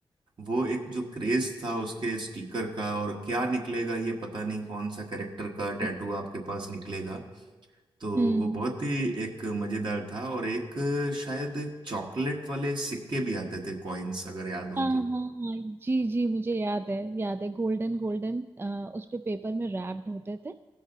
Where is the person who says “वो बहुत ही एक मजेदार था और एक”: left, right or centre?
Right